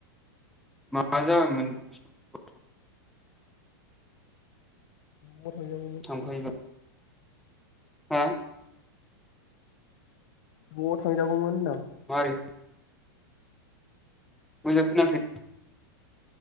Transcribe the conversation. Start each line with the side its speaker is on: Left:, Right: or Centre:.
Centre: <unintelligible>
Left: थांबा थांजागौमोन
Centre: थांफायोबा हा
Left: न'आव थांजागौमोन होनदां
Centre: मारै मोजां खोनाखै